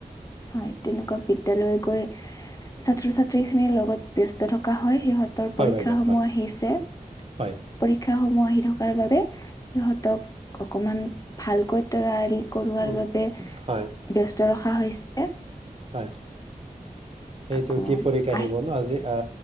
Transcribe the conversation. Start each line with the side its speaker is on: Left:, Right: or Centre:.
Left: হয় তেনেকুৱা বিদ্যালয় গৈ ছাত্ৰ ছাত্ৰীখিনিৰ লগত ব্যস্ত থকা হয়। সিহঁতৰ
Right: হয়
Left: পৰীক্ষা
Right: বাইদেউ
Left: সমূহ
Right: হয়
Left: আহিছে। পৰি
Right: হয়
Left: পৰীক্ষাসমূহ আহি থকাৰ বাবেজ সিহঁতক অকণমান, ভালকৈ তৈয়াৰী। কৰোৱাৰ
Right: উম
Left: বাবে
Right: হয়
Left: ব্যস্ত ৰখা হৈছে।
Right: হয়। সেইটো
Left: আকৌ
Right: কি পৰীক্ষা
Left: আহি
Right: আহিব ন আজি। অ,